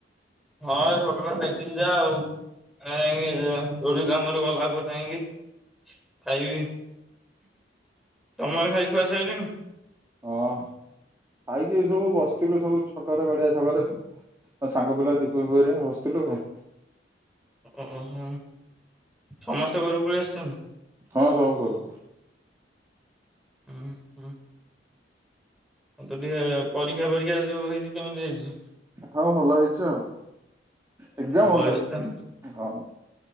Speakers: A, in the centre; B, on the right.
A: ହଁ ଏ ସକାଳୁ ଖାଇଥିଲି ଯା ଆଉ ଆ ଦୋଳି କାମରେ ଗଲା <unintelligible> ଆଣିକି ଖାଇବି। ତମର ଖାଇ କୁଆସାରିଲଣିି?
B: ହଁ ଖାଇକି ସବୁ ବସିଥିଲୁ ସବୁ ଛକରେ ଗଡିଆ ଛକରେ ସାଙ୍ଗ ପିଲା ଦୀପୁ ଫିଫୁ ହେରିକା ବସିଥିଲୁ ଆଉ।
A: ଉଁ ହୁଁ। ସମସ୍ତେ ଘରୁକୁ ପରି ଆସିଛନ୍ତି?
B: ହଁ ସବୁ କରୁ
A: ଉଁ। ହୁଁ। ତୁ ଟିହେ ପରୀକ୍ଷା ଫରୀକ୍ଷା ଯୋଉ ହେଇଚି କେମିତି ହେଇଚି?
B: ହଁ ଭଲ ହେଇଛି ଆଉ ଏକ୍ଜାମ
A: ଭଲ ହେଇଚି
B: ହେଇଛି।
A: ତ
B: ହଁ